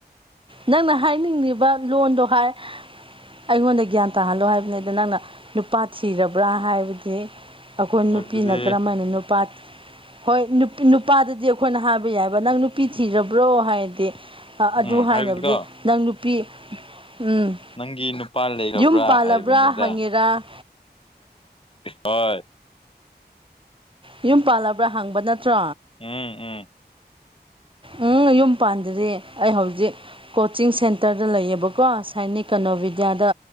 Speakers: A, on the right; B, on the left.
A: ꯅꯪꯅ ꯍꯥꯏꯅꯤꯡꯉꯤꯕ ꯂꯣꯟꯗꯣ ꯍꯥꯏ ꯑꯩꯉꯣꯟꯗ ꯒ꯭ꯌꯥꯟ ꯇꯥꯍꯜꯂꯣ ꯍꯥꯏꯕꯅꯤ ꯑꯗ ꯅꯪꯅ ꯅꯨꯄꯥ ꯊꯤꯔꯕ꯭ꯔꯥ ꯍꯥꯏꯕꯗꯤ ꯑꯩꯈꯣꯏ
B: ꯍꯥꯏꯕꯗꯤ
A: ꯅꯨꯄꯤꯅ ꯀꯔꯝ ꯍꯥꯏꯅ ꯅꯨꯄꯥ ꯍꯣꯏ ꯅꯨ ꯅꯨꯄꯥꯗꯗꯤ ꯑꯩꯈꯣꯏꯅ ꯍꯥꯏꯕ ꯌꯥꯏꯑꯕ ꯅꯪ ꯅꯨꯄꯤ ꯊꯤꯔꯕ꯭ꯔꯣ ꯍꯥꯏꯔꯗꯤ ꯑꯗꯨ
B: ꯎꯝ
A: ꯍꯥꯏꯅꯕꯗꯤ
B: ꯍꯥꯏꯕꯗꯤꯀꯣ
A: ꯅꯪ ꯅꯨꯄꯤ ꯎꯝ
B: ꯅꯪꯒꯤ ꯅꯨꯄꯥ ꯂꯩꯔꯕ꯭ꯔꯥ
A: ꯌꯨꯝ ꯄꯥꯜꯂꯕ꯭ꯔꯥ
B: ꯍꯥꯏꯕꯅꯤꯗ
A: ꯍꯪꯉꯤꯔꯥ
B: ꯍꯣꯏ
A: ꯌꯨꯝ ꯄꯥꯜꯂꯕ꯭ꯔꯥ ꯍꯪꯕ ꯅꯠꯇ꯭ꯔꯣ
B: ꯎꯝ ꯎꯝ
A: ꯎꯝ ꯌꯨꯝ ꯄꯥꯟꯗ꯭ꯔꯤ ꯑꯩ ꯍꯧꯖꯤꯛ ꯀꯣꯆꯤꯡ ꯁꯦꯟꯇꯔꯗ ꯂꯩꯑꯕꯀꯣ ꯁꯥꯏꯅꯤ ꯀꯅꯣꯚꯤꯗ꯭ꯌꯥꯗ